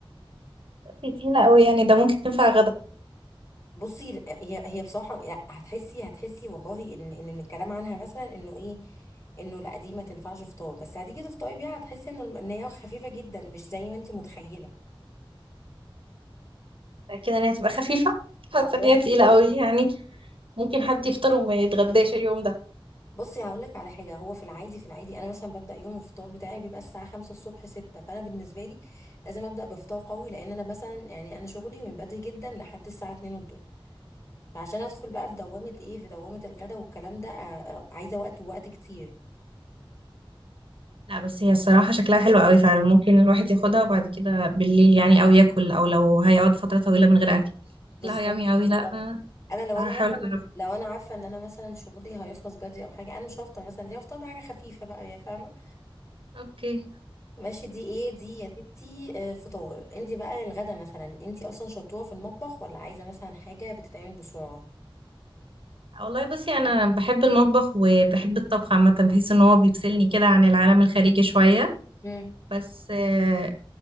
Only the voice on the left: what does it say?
بصي هي هي بصراحه لا، هتحسي هتحسي والله ان ان من الكلام عنها مثلا انه ايه انه لا دي ما تنفعش فطار بس هتيجي تفطري بيها هتحسي ان الم- ان هي خفيفه جدا مش زي ما انت متخيله
والله
بصي هقول لك على حاجه هو في العادي في العادي انا مثلا ببدا يوم الفطار بتاعي بيبقى الساعه 5 الصبح 6 فانا بالنسبه لي لازم ابدا بفطار قوي لان انا مثلا يعني انا شغلي من بدري جدا لحد الساعه 2 الظهر فعشان ادخل بقى في دوامه ايه في دوامه الغدا والكلام ده آه، آه، عايزه وقت ووقت كتير
بالظبط
بالظبط
انا لو
انا مثلا
لو انا عارفه ان انا مثلا شغلي هيخلص بدري او حاجه انا مش هفطر مثلا دي هفطر بحاجه خفيفه بقى يا فاهمه
ماشي دي ايه دي يا ستي آه، فطار انت بقى الغدا مثلا انت اصلا شطوره في المطبخ ولا عايزه مثلا حاجه بتتعمل بسرعه
امم